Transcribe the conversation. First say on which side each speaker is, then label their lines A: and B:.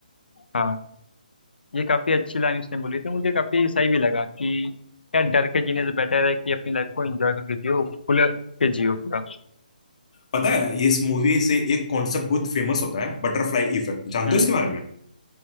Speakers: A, on the left (about 85°); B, on the left (about 40°).
A: हाँ ये काफी अच्छी लाइन उसने बोली थी मुझे काफी सही भी लगा कि यार डर के जीने से बेटर है कि अपनी लाइफ को एंजॉय करके जियो खुल के जियो पूरा
B: पता है ये इस मूवी से एक कॉन्सेप्ट बहुत फेमस होता है बटरफ्लाई इफेक्ट जानते
A: हम्म
B: हो इसके बारे में